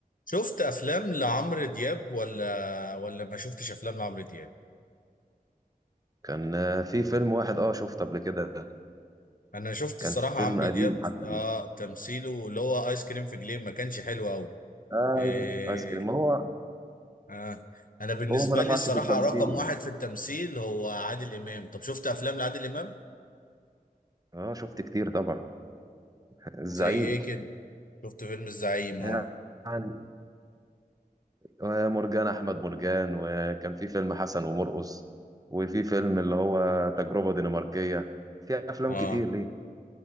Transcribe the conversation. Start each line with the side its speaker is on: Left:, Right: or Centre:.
Left: شفت افلام لعمرو دياب ولا ولا ما شفتش افلام لعمرو دياب
Right: كان آه، في فيلم واحد اه شفته قبل كده
Left: انا شفت الصراحه
Right: كان فيلم
Left: عمرو
Right: قديم
Left: دياب
Right: حتى
Left: اه
Right: قديم
Left: تمثيله اللي هو ايس كريم في جليم ما كانش حلو قوي
Right: ايوه
Left: إيه
Right: ايس كريم ما هو
Left: آه انا بالنسبه
Right: هو ما نفعش
Left: لي الصراحه
Right: في التمثيل
Left: رقم واحد في التمثيل هو عادل امام طب شفت افلام لعادل امام
Right: اه شفت كتير طبعا <laughs> الزعيم
Left: زي ايه كده شفت فيلم الزعيم
Right: يعني
Left: اه
Right: ومرجان احمد مرجان وكان في فيلم حسن ومرقص وفي فيلم اللي هو تجربة دنماركية في افلام
Left: اه
Right: كتير ليه